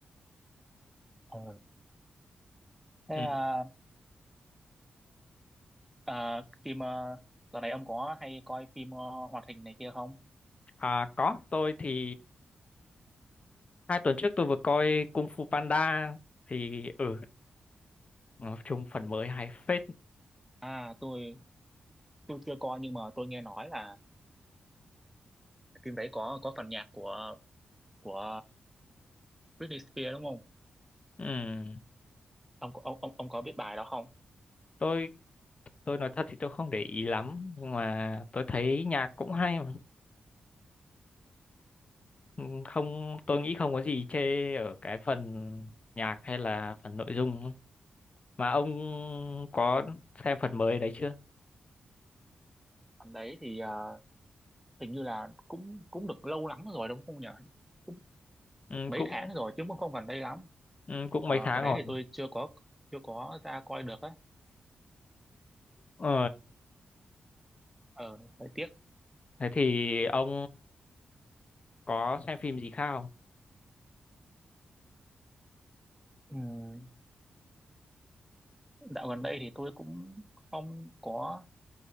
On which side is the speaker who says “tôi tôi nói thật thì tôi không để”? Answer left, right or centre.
Left